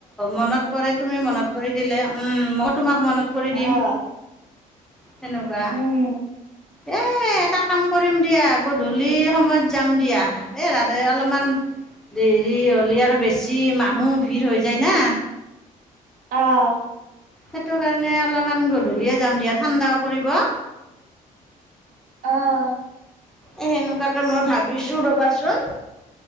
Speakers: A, in the centre; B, on the right.
A: মনত পৰে তুমি মনত পৰি দিলে, উম, মো তোমাক মনত কৰি দিম।
B: আহ
A: তেনেকুৱা।
B: উম
A: এ! এটা কাম কৰিম দিয়া, গধূলি সময়ত যাম দিয়া। এ! ৰাতি যাই অলপমান দেৰি হ'লে আৰু বেছি মানুহ ভিৰ হৈ যায় না।
B: অ'!
A: সেইটো কাৰণে অলপমান গধূলিয়ে যাম দিয়া, ঠাণ্ডাও পৰিব।
B: অ'!
A: সেনেকুৱাকে মই ভাবিছোঁ ৰ'বাচোন!